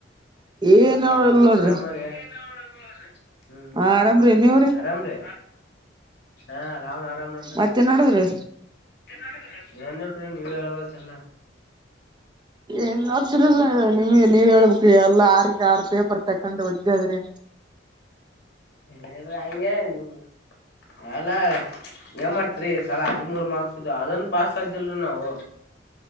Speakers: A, on the right (about 25°); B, on the left (about 60°).
A: ಏನ್ ಹೇಳಲ್
B: ಹಾ
A: ನೋಡ್ರಿ
B: <inaudible> ಹ್ಮ್ ಹ್ಮ್
A: ಆರಾಮ್ರಿ ನೀವ್ರಿ
B: ಆರಾಮ್ರೀ ಹಾ ಆರಾಮ್ ನೋಡ್ರಿ
A: ಮತ್ತೇನ್ ನಡದ್ರಿ
B: ಅಣ್ಣ ಏನ್ ಇಲ್ರೀ ನೀವ ಹೇಳ್ಬೇಕ ಎಲ್ಲ
A: ಏನ್ದ್ರ ನಿಮ್ಗೆ ನೀವ್ ಹೇಳ್ಬೇಕ್ರಿ ಎಲ್ಲಾ ಆರಕ್ಕೆ ಆರು ಪೇಪರ್ ತಕೊಂಡ್ರ ಒದ್ದದ್ರಿ
B: ಹೇಳ್ರಿ ಹಂಗೆ ನೀ ಅಲ್ಲ ಏನ್ ಮಾಡ್ತ್ರಿ ಈ ಸಲಾ ಹದಿಮೂರು ಮಾರ್ಕ್ಸ್ ಬಿದ್ದು ಅದನ್ ಪಾಸ್ ಅಗ್ತಿದಿಲ್ರಿ ನಾವು